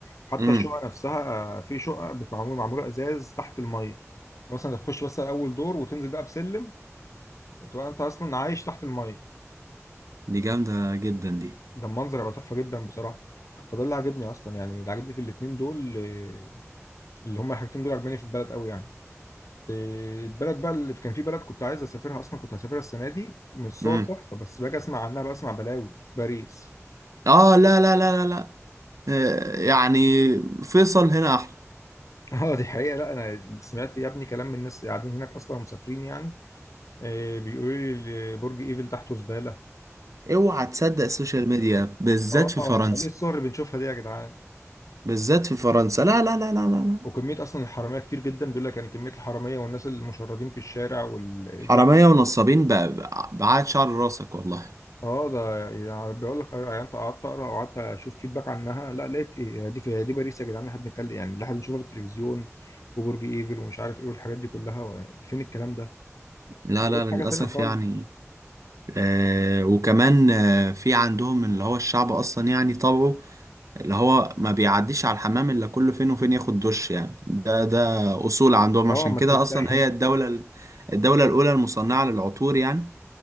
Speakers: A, on the left; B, on the right.
A: حتى
B: امم
A: الشقق نفسها آه، في شقق بتعمل معمولة إزاز تحت المية يعني مثلا تخش بس أول دور وتنزل بقى بسلم وتبقى أنت أصلا عايش تحت المية
B: دي جامدة جدا دي
A: ده المنظر هيبقى تحفة جدا بصراحة فده اللي عاجبني أصلا يعني اللي عاجبني في الاتنين دول آه، اللي هما الحاجتين دول عاجباني في البلد أوي يعني آه، البلد بقى اللي كان في بلد كنت عايز أسافرها أصلا كنت هسافرها السنة دي من الصور
B: امم
A: تحفة بس باجي أسمع عنها بسمع بلاوي باريس
B: آه لا لا لا لا لا آه، يعني فيصل هنا احلى
A: <laughs> اه دي حقيقة لا انا سمعت يا ابني كلام من الناس اللي قاعدين هناك اصلا ومسافرين يعني آه، بيقولوا لي برج ايفل تحته زبالة
B: اوعى تصدق السوشيال ميديا بالذات
A: اه
B: في
A: امال
B: فرنسا
A: ايه الصور اللي بنشوفها دي يا جدعان
B: بالذات في فرنسا لا لا لا لا لا لا.
A: وكمية اصلا الحرامية كتير جدا بيقول لك يعني كمية الحرامية والناس المشردين في الشارع والبيع
B: حرامية ونصابين بقى بقى- بعاد شعر راسك والله
A: اه ده يعني بيقول لك آه، يعني انت قعدت اقرا وقعدت اشوف فيدباك عنها لا لقيت ايه دي في دي باريس يا جدعان اللي احنا بنتكلم يعني اللي احنا بنشوفها في التلفزيون وبرج ايفل ومش عارف ايه والحاجات دي كلها و- فين الكلام ده
B: لا
A: لقيت
B: لا
A: حاجة
B: للأسف
A: تانية خالص
B: يعني آه وكمان آه في عندهم اللي هو الشعب أصلا يعني طبعه اللي هو ما بيعديش على الحمام إلا كل فين وفين ياخد دش يعني ده ده أصول عندهم
A: اه
B: عشان
A: ما
B: كده
A: تلاقي
B: أصلا هي الدولة الدولة
A: <laughs>
B: الأولى المصنعة للعطور يعني